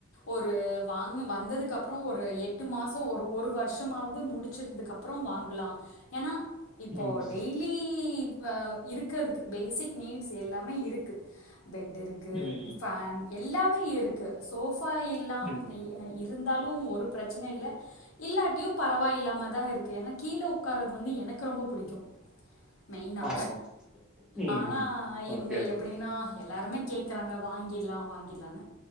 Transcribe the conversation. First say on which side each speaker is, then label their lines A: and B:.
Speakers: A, on the left (about 75°); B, in the centre.
A: ஒரு வாங்க வந்ததுக்கப்புற ஒரு எட்டு மாச ஒரு ஒரு வர்ஷமாவ்து முடிச்சதுக்கப் அப்புற வாங்கலா ஏனா இப்போ
B: ம்.
A: டெய்லி இப்ப இருக்கிறதுக்கு பேசிக் நீட்ஸ் எல்லாமே இருக்கு பெட் இருக்கு
B: ம்.
A: ஃபேன் எல்லாமே இருக்கு சோஃபா இல்லாமயா
B: ம்.
A: இருந்தாலு ஒரு பிரச்சன இல்ல இல்லாட்டியு பரவாயில்லாம தா இருக்கு ஏனா கீழ உக்காரது வந்து எனக்கு ரொம்ப புடிக்கு மெயினா
B: ஆ. ம்.
A: ஆனா இவுங்க
B: ஓகே, ஓகே.
A: எப் நா எல்லாருமே கேக்குறாங்க வாங்கிர்லா வாங்கிர்லானு